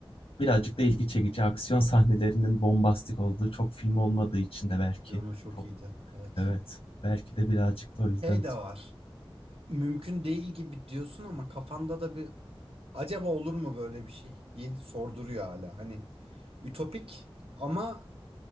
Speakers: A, on the left; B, on the right.
A: birazcık da ilgi çekici aksiyon <laughs> sahnelerinin bombastik olduğu çok film olmadığı için de belki
B: Piyano çok
A: po
B: iyiydi. Evet.
A: Evet, belki de birazcık da o yüzden.
B: Şey de var. Mümkün değil gibi diyorsun ama kafanda da bir acaba olur mu böyle bir şey? Yi sorduruyor hala. Hani ütopik ama